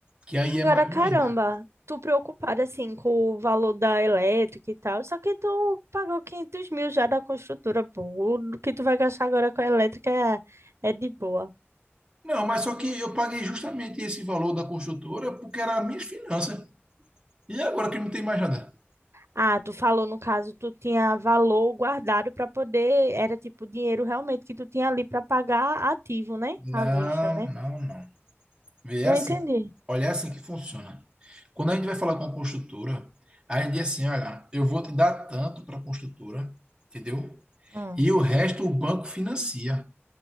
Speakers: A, on the right (about 20°); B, on the right (about 75°).
A: que aí
B: Agora,
A: é maior
B: caramba,
A: ainda.
B: tu preocupada assim com o valor da elétrica e tal, só que tu pagou 500 mil já da construtora, pô. O que tu vai gastar agora com a elétrica é, é de boa.
A: Não, mas só que eu paguei justamente esse valor da construtora porque era minhas finanças. E agora que não tem mais nada?
B: Ah, tu falou no caso, tu tinha valor guardado para poder, era tipo dinheiro realmente que tu tinha ali para pagar ativo, né?
A: Não,
B: À vista, né?
A: não, não. Vê, é
B: Não
A: assim.
B: entendi.
A: Olha, é assim que funciona. Quando a gente vai falar com a construtora, a gente diz assim, olha, eu vou te dar tanto para a construtora, entendeu?
B: Hum,
A: E o resto o banco financia,